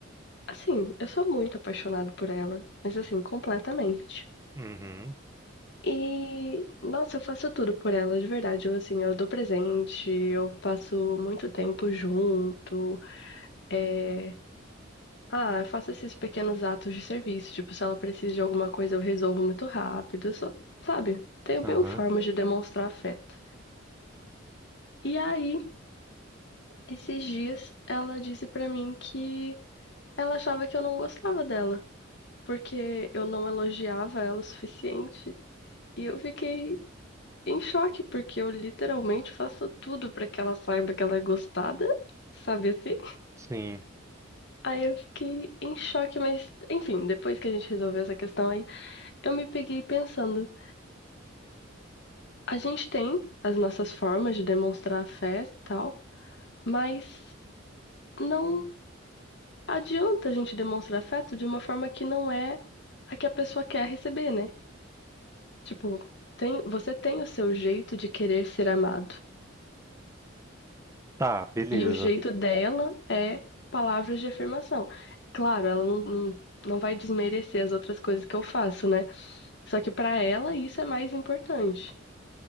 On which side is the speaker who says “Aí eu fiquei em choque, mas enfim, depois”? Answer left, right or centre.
Left